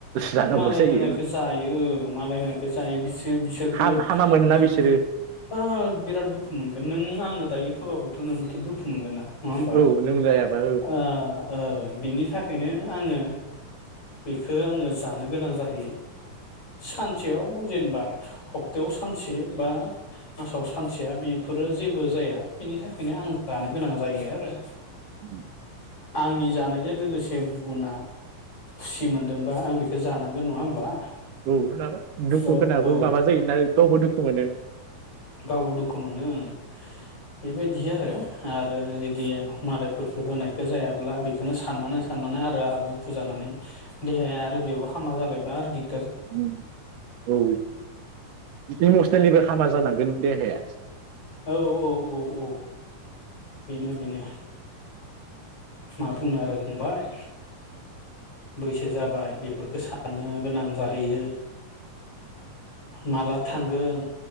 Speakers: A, on the right; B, on the left.
A: जानांगौ
B: मालाय
A: जायो
B: होनायखौ जायो मालाय होनायखौ जायो बिसोर बिसोरबो
A: हामामोनना
B: दुखु
A: बिसोरो
B: आ बिराद दुख मोनगो नों आंनो दायो होबाबोथ' नोंबो दुखु मोनगोन ना नङा होमबा
A: औ नों जायाबा
B: ओ ओ बिनि थाखायनो आङो बेखो आङो जानो गोनां जाहैयो सानसेयाव जेनेबा हप्तायाव सानसे बा मासाव सानसेया बेफोरो जेबो जाया बिनि थाखायनो आं जानो गोनां जायो यो आरो
A: ओम
B: आंनि जानायजों लोगोसे गुबुना खुसि मोनदोंबा आं बेखो जानांगोन नङा होमब्ला
A: ओम लाबा दुखु
B: औ
A: खोनाबो
B: औ
A: माबा जायोना गावबो दुखु मोनो
B: गावबो दुखु मोनो ओ बेबायदिया ओ आरो इदिया मालायफोरखौ होनायखौ जायाब्ला बेखोनो साननानै साननानै आरो आंहा दुखु जानानै देहाया आरो बेयावबो हामा जालायबा आरो दिग
A: ओम औ इमसनेलिबो हामा जालांगोन देहाया
B: औ-औ-औ-औ बेनो बेनो मा बुंनो आरो फंबाय बैसो जाबाय बेफोरखो साननो गोनां जाहैयो माला थांगोन